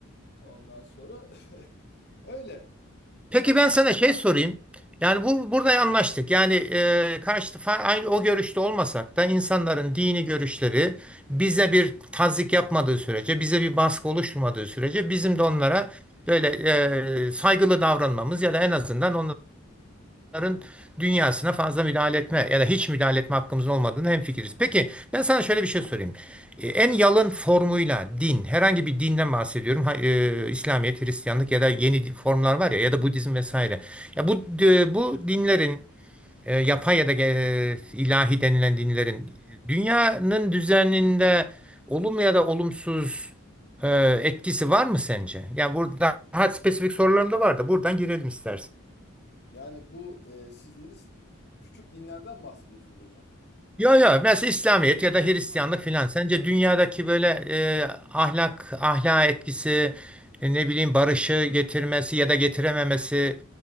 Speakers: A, on the left; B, in the centre.
A: Ondan sonra <laughs> öyle.
B: Peki
A: Yani,
B: ben sana şey sorayım. Yani bu burada anlaştık. Yani e, karşı fa- aynı o görüşte olmasak da insanların dini görüşleri bize bir tazyik yapmadığı sürece, bize bir baskı oluşturmadığı sürece bizim de onlara
A: Evet.
B: böyle e, saygılı davranmamız ya da en azından onların dünyasına fazla müdahale etme ya da hiç müdahale etme hakkımızın olmadığını hemfikiriz. Peki ben sana şöyle bir şey sorayım. E, En yalın formuyla din, herhangi bir dinden bahsediyorum. Ha- e, İslamiyet, Hristiyanlık ya da yeni di- formlar var ya ya da Budizm vesaire. Ya bu e, bu dinlerin e, yapay ya da e, ilahi denilen dinlerin dünyanın düzeninde olumlu ya da olumsuz e, etkisi var mı sence? Ya burada daha spesifik sorularım da var da buradan girelim istersen.
A: yani bu e, siz dediniz küçük dinlerden bahsediyorsunuz hocam.
B: Ya ya mesela İslamiyet ya da Hristiyanlık
A: Aha.
B: filan. Sence dünyadaki böyle e, ahlak, ahlak etkisi, e, ne bileyim barışı getirmesi ya da getirememesi